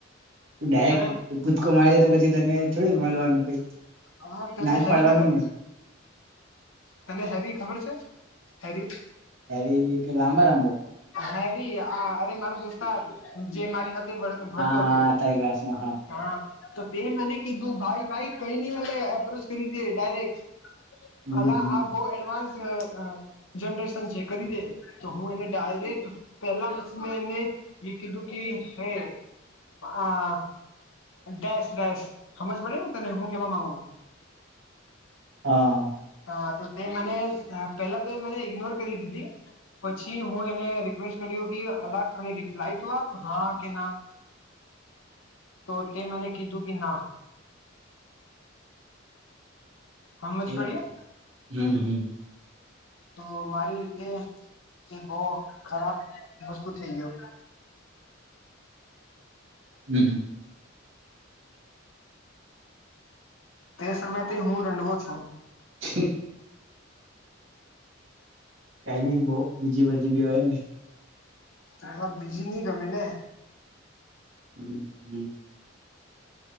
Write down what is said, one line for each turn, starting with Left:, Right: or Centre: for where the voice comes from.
Right: તુ દાયેક
Left: તને
Right: કૂદકો મારીદે તો પછી તને થોડી મલવાનું કઈ.
Left: હા, તને
Right: ના જ
Left: હેરી
Right: પાડવાની
Left: ખબર?
Right: ને
Left: તને હેરી ખબર છે, હેરી?
Right: હેરી કે લાંબા લાંબો?
Left: હેરી આ અરે મારો દોસ્તાર, જે મારી હત તે વડ ભડતો
Right: હા હા
Left: તો
Right: તારી ક્લાસમાં
Left: હા, તો તે મને કીધું ભાઈ ભાઈ કઈ ની મલે એપ્રોચ કરી દે ડાયરેક્ટ.
Right: હમ
Left: અલા
Right: હમ
Left: આ બઉ એડવાન્સ અ અ જનરેશન છે, કરી દે, તો હું એને ડાયરેક્ટ પેલા બશ મે એને એ કીધું કે, હે આ ડેસ ડેસ હમજ પડીને તને હું કેવા માંગુ?
Right: હા.
Left: હા, તો તે મને અ પેલા તો એ મને ઇગ્નોર કરી દીધી. પછી હું એને રિક્વેસ્ટ કર્યો કે, અલા કઈ રિપ્લાય તો આપ હા કે ના. તો તે મને કીધું કે, ના. સમજ
Right: એપ
Left: પડી
Right: હમ્મ હમ્મ
Left: તો મારી રીતે એ બઉ ખરાબ વસ્તુ થઈ ગયો.
Right: હમ્મ
Left: તે સમયથી હું રંડવો છું.
Right: <unintelligible> કઈબી બઉ બીજી બધી બી હોયને.
Left: એવા બીજી ની ગમેને.
Right: હમ્મ હમ્મ